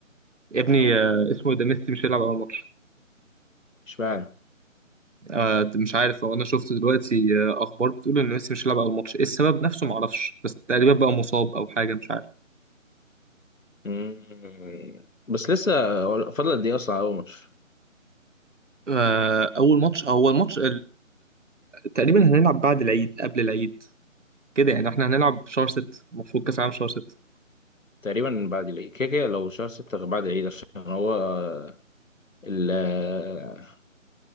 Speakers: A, on the right; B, on the left.
A: يا ابني آه، اسمه إيه ده ميسي مش هيلعب اول ماتش
B: اشمعنى
A: آه، مش عارف هو انا شفت دلوقتي آه، اخبار بتقول ان ميسي مش هيلعب اول ماتش ايه السبب نفسه ما اعرفش بس تقريبا بقى مصاب او حاجه مش عارف
B: مم. بس لسه هو فاضل قد ايه اصلا على اول ماتش
A: آه، اول ماتش اول ماتش تقريبا هنلعب بعد العيد قبل العيد كده يعني احنا هنلعب شهر ستة المفروض كأس العالم شهر ستة
B: تقريبا بعد العيد كده كده لو شهر ستة غير بعد العيد عشان هو آه، ال- آه،